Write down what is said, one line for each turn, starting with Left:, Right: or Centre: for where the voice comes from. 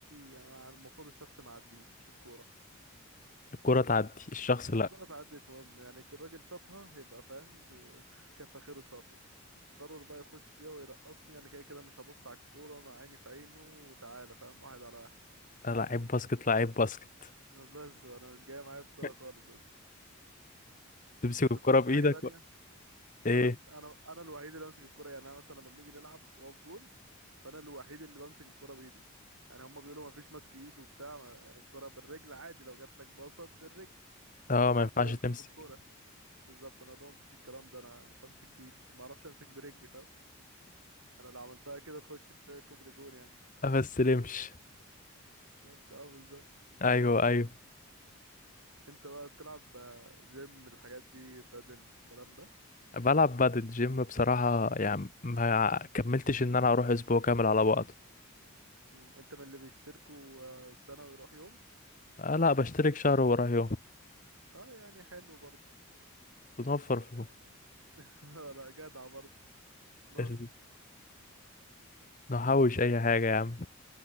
Right: يعني انا المفروض الشخص ما يعديش مش الكوره
Left: الكرة تعدي الشخص
Right: <laughs>
Left: لأ
Right: الكوره تعديش مهم يعني الراجل شاطها يبقى فاهم <laughs> كفى خيره شره قرر بقى يخش بيها ويرقصني انا كده كده مش هبص على الكوره انا عيني في عينه وتعالى فاهم واحد على واحد
Left: أنا لعيب باسكت لعيب باسكت
Right: <laughs> بس انا مش جاي معايا بكوره
Left: <laughs>
Right: خالص بس
Left: تمسك
Right: بس انت
Left: الكرة
Right: تلعبش
Left: بإيدك
Right: حاجه تانية
Left: بقى. إيه
Right: انا انا انا الوحيد اللي بمسك الكرة يعني انا مثلا لما بنيجي نلعب واقف جون فانا الوحيد اللي بمسك الكرة بايدي يعني هما بيقولوا ما فيش ماسك ايد وبتاع ما- يعني الكرة بالرجل عادي لو جات لك باصة بالرجل
Left: أه ما
Right: عادي
Left: ينفعش
Right: زي
Left: تمسك
Right: الكرة بالظبط انا لهم مفيش الكلام ده انا بمسك بايدي ما اعرفش امسك برجلي فاهم انا لو عملتها كده تخش في كوبري جون يعني
Left: آه، ما استلمش
Right: بس اه بالظبط
Left: أيوه أيوه
Right: انت بقى بتلعب آه، جيم الحاجات دي بدل الكلام ده
Left: بلعب بادل جيم بصراحة يعني ما كملتش إن أنا أروح أسبوع كامل على بعض
Right: مم، انت من اللي بيشتركوا آه، سنة ويروح يوم
Left: آه لأ بشترك شهر وراه يوم
Right: طيب يعني حلو برضه
Left: بنوفر فلوس
Right: <laughs> لا جدع برضه ناقص
Left: ال- نحوش أي حاجة يا عم